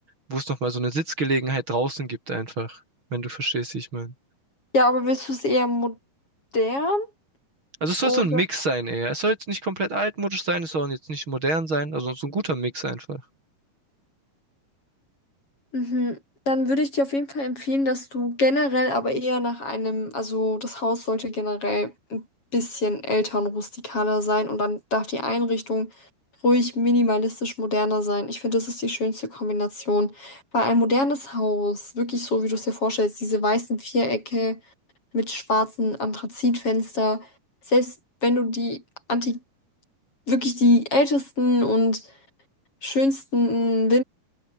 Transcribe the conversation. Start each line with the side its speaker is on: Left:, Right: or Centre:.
Right: wo es nochmal so eine Sitzgelegenheit draußen gibt einfach, wenn du verstehst, wie ich meine.
Left: ja, aber willst du es eher modern?
Right: Also es soll
Left: oder
Right: so ein Mix sein eher. Es soll jetzt nicht komplett altmodisch sein, es soll jetzt nicht modern sein, also so ein guter Mix einfach.
Left: Mhm. Dann würde ich dir auf jeden Fall empfehlen, dass du generell aber eher nach einem, also das Haus sollte generell ein bisschen älter und rustikaler sein und dann darf die Einrichtung ruhig minimalistisch moderner sein. Ich finde, das ist die schönste Kombination, weil ein modernes Haus, wirklich so, wie du es dir vorstellst, diese weißen Vierecke mit schwarzen Anthrazitfenster, selbst wenn du die anti, wirklich die ältesten und schönsten